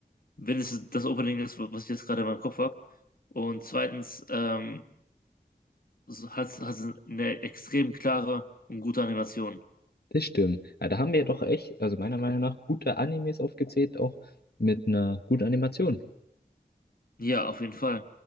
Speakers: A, on the left (about 65°); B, on the left (about 80°).
A: wenn es das Opening ist, was ich jetzt gerade in meinem Kopf habe. Und zweitens, ähm, hat, hat eine extrem klare und gute Animation.
B: das stimmt. Ja, da haben wir doch echt, also meiner Meinung nach, gute Animes aufgezählt, auch mit einer guten Animation.
A: Ja, auf jeden Fall.